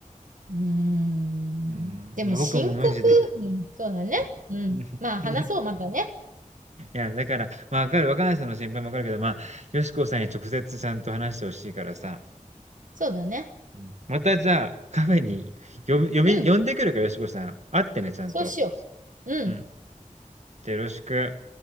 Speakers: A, on the right (about 75°); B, on the right (about 55°).
A: うーん。
B: うん、
A: でも深刻、
B: いや僕もマジで
A: うん、そうだね。うん。
B: うん
A: まあ話そう、
B: <laughs> いや、い
A: またね。
B: やだから、まあ、わかる、若菜さんの心配もわかるけど、まあ、よしこさんに直接ちゃんと話してほしいからさ、
A: そうだね。
B: うん、またじゃあ、カフェに呼び、呼び、
A: うん。
B: 呼んでくるから、よしこさん。会ってね、ちゃんと。
A: そうしよう。うん。
B: うん。じゃあよろしく。